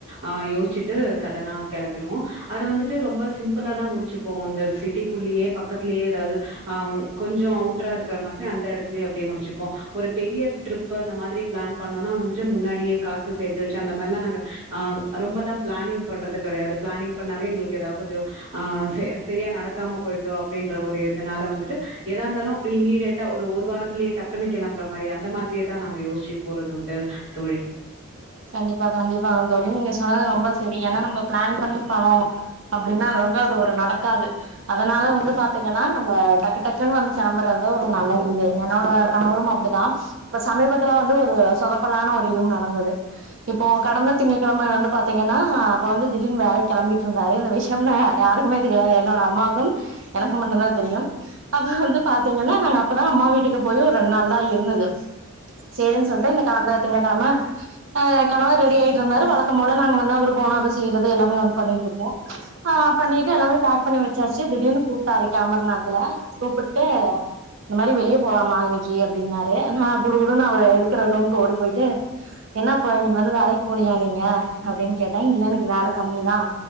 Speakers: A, on the right; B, on the right.
A: ஆ யோச்சிட்டு சடனா கிளம்பிடுவோம் அது வந்துட்டு ரொம்ப சிம்பிளா தான் முடிச்சுப்போம் இந்த ஃபி டிக்குள்ளேயே பக்கத்தலேயே ஏதாவது ஆஹ் கொஞ்சம் அவுட்டரா இருக்கிற மாதிரி அந்த இடத்துலயே அப்படியே முடிச்சுப்போம் ஒரு பெரிய ட்ரிப் அந்த மாதிரி பிளான் பண்ணோம்னா வந்துட்டு முன்னாடியே காசு சேத்து வச்சு அந்த மாரிலாம் நாங்க ஆஹ் ரொம்பல்லாம் பிளானிங் பண்றது கிடையாது பிளானிங் பண்ணாவே எங்களுக்கு ஏதா கொஞ்சம் ஆஹ் செ சரியா நடக்காம போயிடுதோ அப்படின்ற ஒரு இதுனால வந்துட்டு எதா இருந்தாலும் இமீடியட்டா ஒரு வாரத்லேயே டக் குன்னு கிளம்புற மாரி அந்த மாதிரியே தான் நாங்க யோசிச்சு போறது உண்டு தோழி
B: கண்டிப்பா கண்டிப்பா அ தோழி நீங்க சொன்னது ரொம்ப சரி ஏன்னா நம்ம பிளான் பண்ணி பணோம் அப்படின்னா அது வந்து ஒரு நடக்காது அதனால வந்து பாத்தீங்கன்னா நம்ம டக்கு டக்குன்னு வந்து கிளம்பறதா ஒரு நல்ல இது என்னோட கணவரும் அப்படிதான் இப்ப சமீபத்துலாம் வந்து ஒரு சொதப்பலான ஒரு இதுவும் நடந்தது இப்போ கடந்த திங்கட்கிழமை வந்து பாத்தீங்கன்னா அப்ப வந்து திடீர்னு வேலைக்கு கெளம்பிட்டு இருந்தாரு இந்த விஷ் யம் யாருக்குமே தெரியாது என்னோட அம்மாக்கும் எனக்கும் மட்டும்தான் தெரியும் அதுவும் வந்து பாத்தீங்கன்னா நாங்க அப்பதான் அம்மா வீட்டுக்கு போய் ஒரு ரெண்டு நாள் தான் இருந்தது சேரின்னு சொல்ட்டு இந்த கடந்த திங்க கிழமை ஆஹ் கணவர் ரெடி ஆயிட்டு இருந்தாரு வழக்க போல நாங்க வந்து அவருக்கு உணவு செய்யறது எல்லாமே வந்து பண்ணிட்டு இருப்போம் ஆஹ் பண்ணிட்டு எல்லாமே பேக் பண்ணி வச்சாச்சுி திடீர்னு கூப்பிட்டாரு கெளம்பரநேரத் ல கூப்பிட்டு இந்த மாரி வெளிய போலாமா இன்னைக்கு அப்படின்னாரு நான் குடு குடுன்னனு அவர் இருக்கிற ரூம்க்கு ஓடி போயிட்டு என்ன அப்பறம் இன்னைக்கு வந்து வேலைக்கு போலியா நீங்க அப்படின்னு கேட்டேன் இல்ல இன்னைக்கு வேல கம்மிதான்